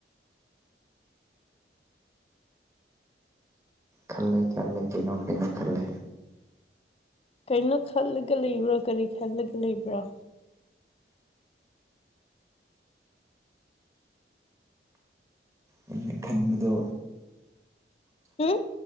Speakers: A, on the right; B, on the left.
A: ꯈꯜꯂꯦ ꯈꯜꯂꯦ ꯀꯩꯅꯣ ꯀꯩꯅꯣ ꯈꯜꯂꯦ
B: ꯀꯩꯅꯣ ꯈꯜꯂꯒ ꯂꯩꯕ꯭ꯔꯥ ꯀꯔꯤ ꯈꯜꯂꯒ ꯂꯩꯕ꯭ꯔꯥ
A: ꯑꯩꯅ ꯈꯟꯕꯗꯣ
B: ꯍꯝ